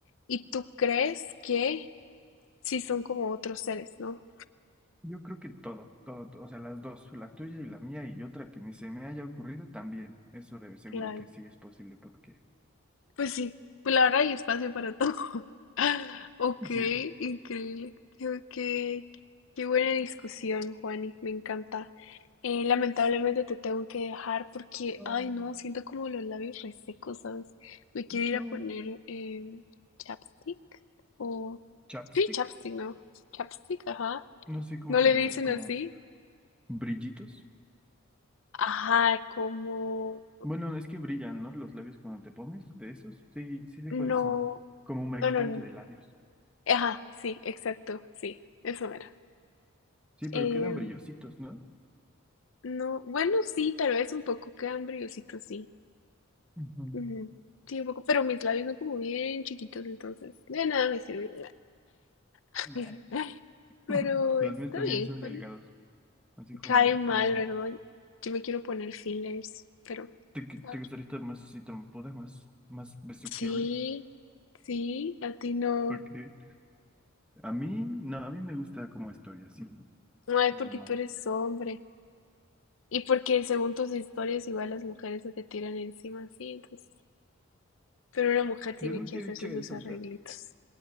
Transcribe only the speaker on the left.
Y tú crees que sí son como otros seres, ¿no?
Claro,
pues sí, pues la verdad hay espacio para todo. <laughs> Ok,
increíble. Qué, qué- qué buena discusión, Juani, me encanta. Eh, lamentablemente te tengo que dejar porque,
ay no, siento como los labios resecos, ¿sabes? Me quiero ir
a poner eh, chapstick o...
Sí, chapstick, ¿no? Chapstick, ajá.
¿No
le
dicen
así?
Ajá, como...
No,
no, no. no.
Ajá, sí, exacto, sí, eso era.
Eh,
no, bueno, sí, tal vez un poco cambriosito, sí.
Ujú, Sí, un poco, pero mis labios son como bien chiquitos, entonces de nada me sirve. <laughs>
Pero
está
bien,
bueno,
cae mal,
¿verdad? Yo me quiero poner fillers, pero
a
ver.
sí, sí, a ti no.
No es
porque tú eres hombre y porque según tus historias igual las mujeres se te tiran encima, sí, entonces Pero una mujer tiene
que hacerse
sus arreglitos.